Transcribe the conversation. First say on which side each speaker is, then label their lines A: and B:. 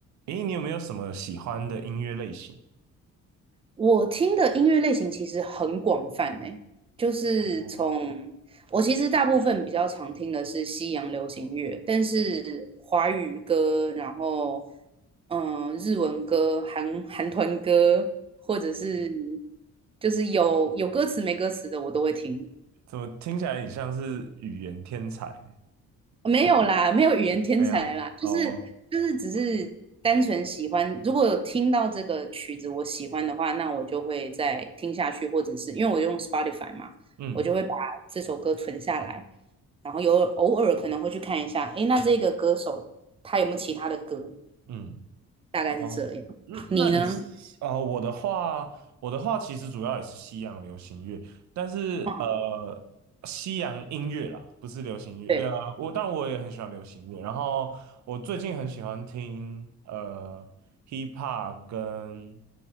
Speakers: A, on the right (about 65°); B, on the right (about 20°).
A: 诶，你有没有什么喜欢的音乐类型？
B: 我听的音乐类型其实很广泛呢、就是从
A: 哦，
B: 我其实大部分比较常听的是西洋流行乐，但是华语歌，然后嗯、呃日文歌、韩韩团歌，或者是就是有有歌词没歌词的我都会听。
A: 怎么听起来你像是语言天才？
B: 没有啦，没有语言天才啦，
A: 没有，
B: 就是就是只是单纯喜欢。
A: 哦，
B: 如果有听到这个曲子我喜欢的话，那我就会再听下去，或者是因为我用 Spotify 嘛，
A: 嗯
B: 我就会把这首歌存下来，然后有偶尔可能会去看一下，诶，那这个歌手他有没有其他的歌？
A: 嗯，
B: 大概是这样。
A: 哦，那那你
B: 你呢？
A: 哦，我的话，我的话其实主要也是西洋流行乐，但是呃，
B: 嗯，
A: 西洋音乐啦，不是流行乐。
B: 对
A: 呃，我当然我也很喜欢流行乐，然后我最近很喜欢听呃 hip hop 跟